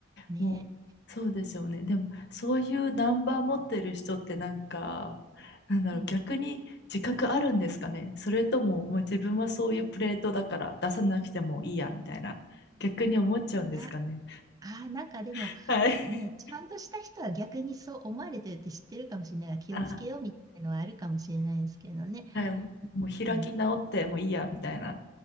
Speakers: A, on the right; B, on the left.
A: ね。
B: もうそうですよね。でも、そういうナンバー持ってる人ってなんか、なんだろう、
A: うん。
B: 逆に自覚あるんですかね。それとも、まあ、自分はそういうプレートだから出さなくてもいいや、
A: うん。
B: みたいな、逆に思っちゃうんですかね。
A: いや、あー、なんかでも、
B: <laughs> はい。<laughs>
A: ね、ちゃんとした人は逆にそう思われてるって知ってるかもしれないから、気をつけようみたいなのはあるかもしれないですけどね。
B: あ、はい。もう開き直ってもういいや、
A: うん。
B: みたいな。